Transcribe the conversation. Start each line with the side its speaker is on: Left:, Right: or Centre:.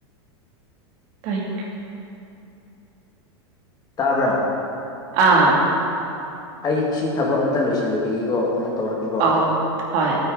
Right: ꯇꯥꯏ ꯀ
Left: ꯇꯥꯕ꯭ꯔ
Right: ꯑꯥ
Left: ꯑꯩ ꯁꯤ ꯊꯕꯛ ꯑꯝꯇ ꯂꯣꯏꯁꯤꯜꯂꯨꯈꯤꯒꯦꯀꯣ ꯑꯃꯨꯛ ꯇꯧꯔꯛꯀꯦꯀꯣ
Right: ꯑꯧ ꯍꯣꯏ